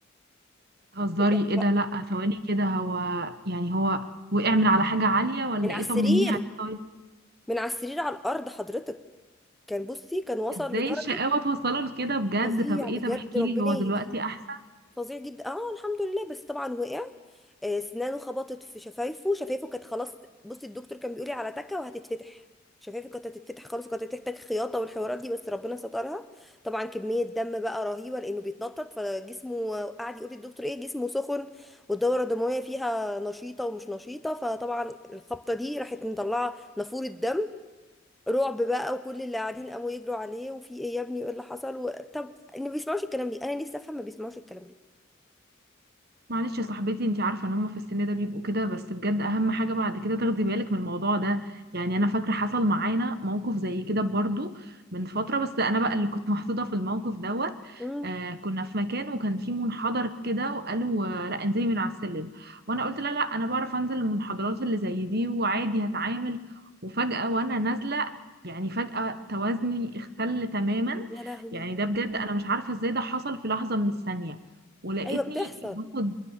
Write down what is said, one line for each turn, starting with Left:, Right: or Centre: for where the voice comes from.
Right: بتهزري
Centre: وقع بقى
Right: ايه ده لا ثواني كده هو يعني هو وقع من على حاجة عالية ولا
Centre: من على
Right: ايه
Centre: السرير
Right: طمنيني عليه طيب
Centre: من على السرير على الارض حضرتك كان بصي كان وصل
Right: ازاي
Centre: لدرجه
Right: الشقاوة توصله لكده بجد
Centre: فظيع
Right: طب ايه
Centre: بجد
Right: طب احكي
Centre: ربنا
Right: لي هو
Centre: يهديه
Right: دلوقتي احسن
Centre: فظيع جدا اه الحمد لله بس طبعا وقع آه، اسنانه خبطت في شفايفه شفايفه كانت خلاص بصي الدكتور كان بيقولي على تكه وهتتفتح شفايفه كانت هتتفتح خلاص وكانت هتحتاج خياطه والحوارات دي بس ربنا سترها طبعا كميه دم بقى رهيبه لانه بيتنطط فجسمه قعد يقول للدكتور ايه جسمه سخن والدوره الدمويه فيها نشيطه ومش نشيطه فطبعا الخبطه دي راحت مطلعه نافوره دم رعب بقى وكل اللي قاعدين قاموا يجروا عليه وفي ايه يا ابني وايه اللي حصل و... طب إن ما بيسمعوش الكلام ليه انا نفسي افهم ما بيسمعوش الكلام ليه
Right: معلش يا صاحبتي انتي عارفه ان هم في السن ده بيبقوا كده بس بجد اهم حاجه بعد كده تاخدي بالك من الموضوع ده يعني انا فاكره حصل معانا موقف زي كده برضو من فتره بس انا بقى اللي كنت <laughs> محطوطه في الموقف دوت
Centre: مم.
Right: آه كنا في مكان وكان في منحدر كده وقالوا آه، لا انزلي من على السلم وانا قلت لا لا انا بعرف انزل المنحدرات اللي زي دي وعادي هتعامل وفجاه وانا نازله يعني فجاه توازني اختل تماما
Centre: يا لهوي
Right: يعني ده بجد انا مش عارفه ازاي ده حصل في لحظه من الثانيه ولقيتني
Centre: ايوه بتحصل
Right: باخد